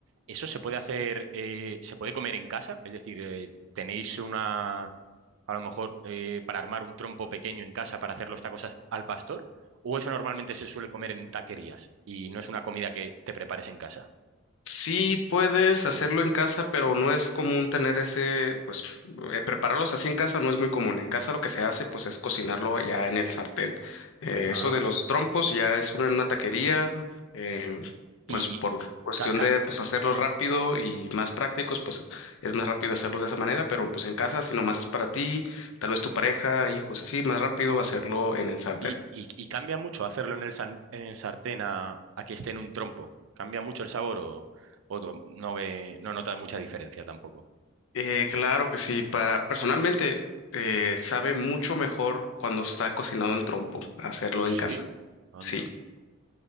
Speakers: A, on the right (about 65°); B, on the left (about 70°).
A: ¿eso se puede hacer, eh, se puede comer en casa? Es decir, eh, ¿tenéis una a lo mejor eh, para armar un trompo pequeño en casa para hacer los tacos as- al pastor, o eso normalmente se suele comer en taquerías y no es una comida que te prepares en casa.
B: Sí, puedes hacerlo en casa, pero no es común tener ese, pues, eh, prepararlos así en casa no es muy común. En casa lo que se hace, pues, es cocinarlo ya en el sartén. Eh,
A: Ah.
B: eso de los trompos ya es una, en una taquería, eh,
A: Y,
B: pues, por cuestión
A: ca- ca-
B: de, pues, hacerlos
A: mm.
B: rápido y más prácticos, pues, es más rápido hacerlos de esa manera, pero, pues, en casa, si nomás es para ti, tal vez tu pareja, hijos, así, más rápido hacerlo en el sartén.
A: y, y- y cambia mucho hacerlo en el, san- en el sartén a, a que esté en un trompo. ¿Cambia mucho el sabor o, o no, no ve, no notas mucha diferencia tampoco?
B: Eh, claro que sí. Para, personalmente, eh, sabe mucho mejor cuando está cocinado en trompo, hacerlo
A: Sí.
B: en casa.
A: Anda.
B: Sí.